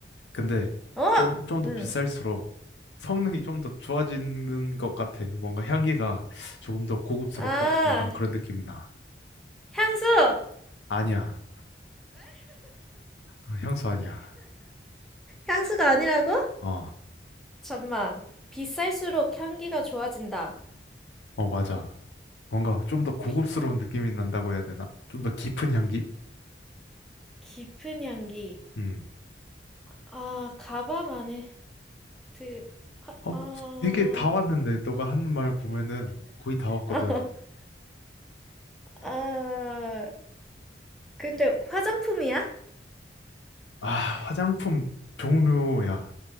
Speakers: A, on the left; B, in the centre.
A: 근데
B: <laughs> 어!
A: 좀, 좀 더
B: 음.
A: 비쌀수록 성능이 좀 더 좋아지는 것 같아. 뭔가 향기가 조금 더 고급스럽고
B: 아,
A: 약간 그런 느낌이 나.
B: 향수!
A: 아니야. 어, 향수 아니야.
B: 향수가 아니라고?
A: 어,
B: 잠만. 비쌀수록 향기가 좋아진다.
A: 어, 맞아. 뭔가 좀 더 고급스러운
B: 비-
A: 느낌이 난다고 해야 되나? 좀 더 깊은 향기?
B: 깊은 향기.
A: 음.
B: 아, 가방 안에 드, 화,
A: 어,
B: 아,
A: 되게 다 왔는데, 너가 하는 말 보면은 거의 다 왔거든.
B: <laughs> 아, 근데 화장품이야?
A: 아, 화장품 종류야.